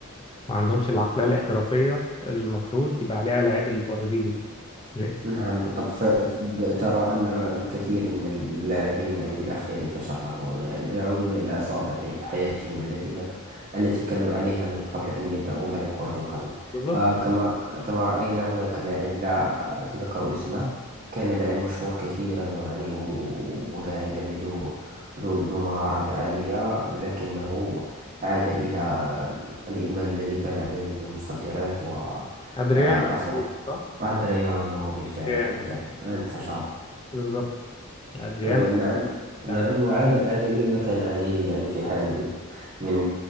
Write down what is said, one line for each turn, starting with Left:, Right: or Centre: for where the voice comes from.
Left: ما عندهمش العقليه الاحترافيه اللي المفروض يبقى عليها لعيب البرازيلي لا.
Right: نعم بالطبع فترى أن الكثير من اللاعبين يعني في الأخير يتشردون يعني يعودون إلى سابق حياتهم التي التي كانوا عليها من قبل أن يبدأوا لعب كرة القدم
Left: بالظبط
Right: فكما كما رأينا هناك لاعب لا أتذكر اسمه كان لاعب مشهور كثيرا ويعني و- ولاعب يعني ذو ذو ذو مهارات عالية لكنه عاد إلى الإدمان الذي كان عليه من المخدرات و آه،
Left: ادريانو تقريبا
Right: أصبح
Left: صح
Right: أدريانو بالفعل
Left: ادريانو
Right: أنت
Left: لا
Right: أنت شاطر
Left: بالظبط ادريانو
Right: آه،
Left: ده
Right: نعم
Left: كان
Right: نعم وعاد عاد إلى ما كان عليه يعني في حال من